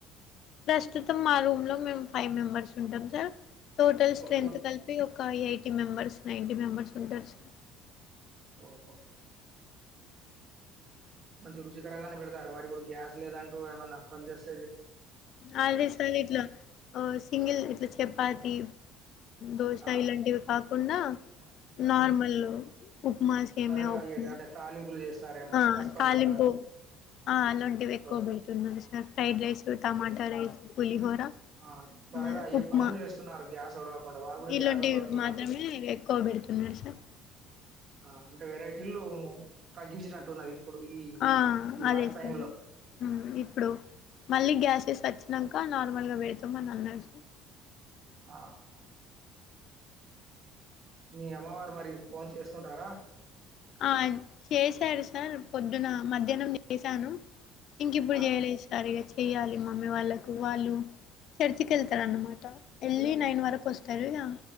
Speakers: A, on the left; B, on the right.
A: ప్రస్తుతం మా రూమ్ లో మేం ఫైవ్ మెంబర్స్ ఉంటాం సార్ టోటల్ స్ట్రెంత్
B: ఒక
A: కలిపి ఒక ఎయిటీ మెంబెర్స్ నైన్టీ మెంబర్స్ ఉంటారు సార్
B: ఓహో మంచి రుచికరంగానే పెడతారా మరి ఇప్పుడు గ్యాస్ లేదంటూ ఏమన్నా కొన్ జేస్
A: ఆల్రే సార్ ఇట్లా సింగిల్ ఇట్ల చెప్ అదీ దోశ
B: ఆ!
A: ఇలాంటివి కాకుండా నార్మల్
B: హ్మ్.
A: ఉప్మా సేమ్యా
B: త్వరగా అయ్యేటి
A: ఉప్మా
B: అంటే తాలింపులు చేస్తారేమో
A: ఆ
B: పసుపన్నంలాగా.
A: తాలింపు ఆ అలాంటివి ఎక్కువ
B: ఓకే.
A: పెడుతున్నారు sir fried rice tomato rice పులిహోర
B: ఆ! అంటే త్వరగా
A: ఆ
B: అయ్యే
A: ఉప్మా
B: పనులు చేస్తున్నారు గ్యాస్ ఒడవకుండా. వాళ్ళు కూడా
A: ఇలోంటివి
B: జాగ్రత్త పడుతున్నట్టున్నది.
A: మాత్రమే ఎక్కువ బెడుతున్నాడు సార్
B: ఆ అంటే వెరైటీలు తగ్గించినట్టున్నది ఇప్పుడు ఈ,
A: ఆ
B: ఈ వార్
A: అదే సార్
B: టైంలో.
A: అ ఇప్పుడు మళ్ళీ గ్యాస్ ఇస్ వచ్చినంక నార్మల్ గా పెడతమని అన్నారు స
B: ఆ ను మీ అమ్మవారు మరి ఫోన్ చేస్తుంటారా
A: ఆ చేశాడు సార్ పొద్దున మధ్యాహ్నం చేసాను ఇంకిప్పుడు
B: ఆ!
A: చేయలేదు సరిగా చెయ్యాలి మమ్మీ వాళ్ళకు వాళ్ళు చర్చికి ఎళ్తారన్నమాట
B: హ్మ్.
A: ఎళ్ళి నైన్ వరకు ఒస్తారు ఇగ